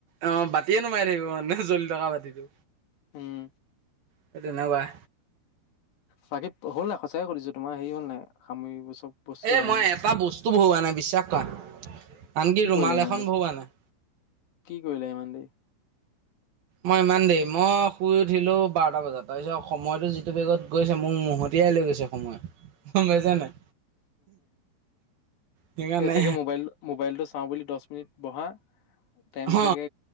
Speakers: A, on the right (about 60°); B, on the left (about 70°).
A: অ, বাতিয়ে নোমাই থাকিব মানে জ্বলি থটকা বাতিটো।
B: উম
A: সে তেনেকুৱাই
B: বাকী হ'ল ন সচাইে কৰিছো তোমাৰ হেৰি হ'ল নাই সামৰিবোৰ চব বস্তু
A: এ
B: বাহিনী
A: মই এটা বস্তু ভহুৱোৱা নাই বিশ্বাস কৰা। আনকি
B: কি
A: ৰুমাল
B: কৰিলা ইমান
A: এখন
B: দেৰি
A: বহোৱা নাই।
B: কি কৰিলো ইমান দিন
A: মই ইমান দেৰি মই শুই উঠিলো বাৰটা বজাত তাৰপিছত সময়তো যিটো বেগত গৈছে মোক মতি আহ। গৈছে সময়। গম পাইছা নাই সেইকাৰণে
B: এই চাগে মোবাইল মোবাইলটো চাও বুলি দহ মিনিট বহা। টাইমটো
A: হ
B: চাগে